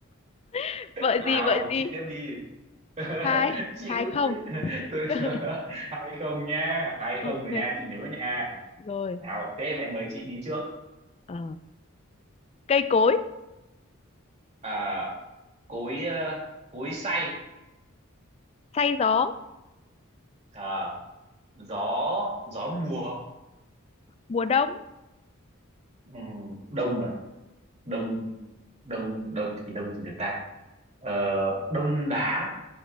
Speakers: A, on the left; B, on the right.
A: <laughs> vợi
B: Lào
A: gì vợi gì
B: chị tiếp đi <laughs>
A: hai
B: chịu
A: hai không
B: tôi tôi
A: <laughs>
B: <laughs> hai không nha hai
A: ok
B: không rồi nha chị nhớ nha
A: rồi
B: nào thế em lại mời chị đi trước
A: ờ, cây cối
B: à, cối ờ, cối xay
A: say gió
B: à, gió gió mùa
A: mùa đông
B: ừ, đông à đông đông đông thì đông gì được ta ờ, đông đá